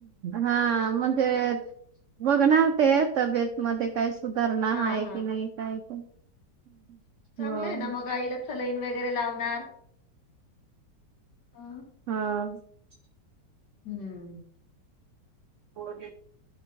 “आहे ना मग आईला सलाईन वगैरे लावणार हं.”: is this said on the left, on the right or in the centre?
Left